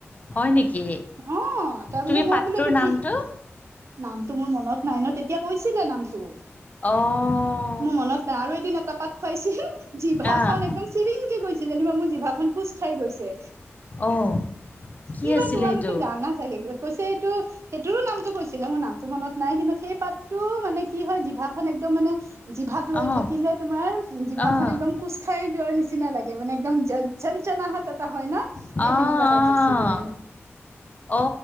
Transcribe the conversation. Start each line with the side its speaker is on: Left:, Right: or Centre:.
Left: হয় নেকি?
Right: অ তাৰপিছত
Left: তুমি
Right: মই
Left: পাত্ৰটোৰ
Right: বোলো এইটো
Left: নামটো?
Right: কি? নামটো মোৰ মনত নাই ন তে তেওঁ কৈছিলে নামটোক।
Left: অ
Right: মোৰ মনত নাই। আৰু এদিন এটা পাক খুৱাইছিল জিভাখন
Left: আহ,
Right: একদম চিৰিংকে গৈছে যেনিবা মোৰ জিভা খন খোচ খাই গৈছে
Left: অ', কি
Right: কিবা
Left: আছিলে
Right: তোমালোকে
Left: সেইটো?
Right: জানা চাগে কৈছে এইটো সেইটোৰো নামটো কৈছিলে। মোৰ নামটো মনত নাই কিন্তু সেই পাতটো মানে কি হয় জিভাখন একদম মানে জিভাত
Left: অ',
Right: লৈ থাকিলে তোমাৰ জিভা
Left: অ',
Right: খন একদম
Left: অ',
Right: কোচ খাই যোৱাৰ নিচিনা লাগে মানে একদম যা চঞ্চনাহত এটা হয় ন হে
Left: অ',
Right: সেনেকুৱা তাইপ হৈছিলে।
Left: অ